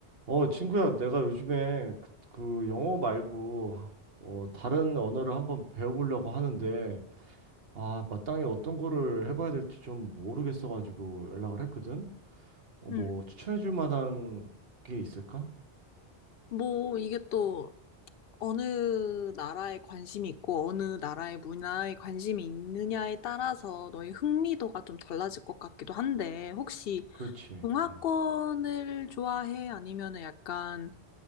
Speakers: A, on the right (about 65°); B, on the left (about 65°).
A: 어, 친구야, 내가 요즘에 그, 그 영어 말고 어, 다른 언어를 한번 배워보려고 하는데 아, 마땅히 어떤 거를 해봐야 될지 좀 모르겠어가지고 연락을 했거든. 어,
B: 음.
A: 뭐 추천해줄 만한 게 있을까?
B: 뭐, 이게 또 어느 나라에 관심이 있고, 어느 나라의 문화에 관심이 있느냐에 따라서 너의 흥미도가 좀 달라질 것 같기도 한데, 혹시
A: 그렇지.
B: 동화권을
A: 응.
B: 좋아해? 아니면은 약간